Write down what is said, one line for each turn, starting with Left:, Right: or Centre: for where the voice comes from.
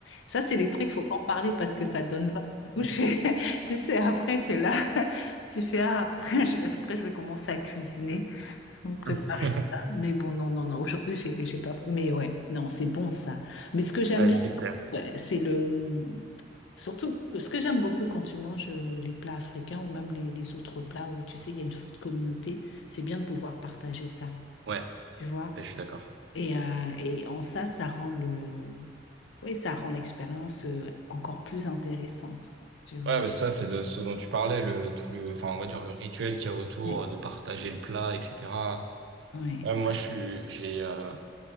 Left: Ça, c'est les trucs, faut pas en parler parce que ça donne l'eau à la bouche. <laughs> Tu sais, après, tu es là. <laughs> Tu fais, ah, après, je, après, je vais commencer à cuisiner, me préparer
Right: <laughs>
Left: ça. Mais bon, non, non, non. Aujourd'hui, j'ai, j'ai pas. Mais ouais, non, c'est bon, ça. Mais ce que j'aime
Right: Ouais,
Left: bien,
Right: c'est clair.
Left: ouais, c'est le. Surtout, ce que j'aime beaucoup quand tu manges euh, les plats africains ou même les, les autres plats où, tu sais, il y a une forte communauté, c'est bien de pouvoir partager ça.
Right: Ouais,
Left: Tu vois?
Right: je suis d'accord.
Left: Et, euh, et en ça, ça rend le... Oui, ça rend l'expérience euh, encore plus intéressante, tu vois.
Right: Ouais, mais ça, c'est de ce dont tu parlais, le, tout le, enfin, on va dire le rituel qu'il y a autour
Left: Ouais,
Right: euh, de partager le plat, etc.
Left: ouais.
Right: Ouais, moi,
Left: Ouais.
Right: je suis, j'ai, euh,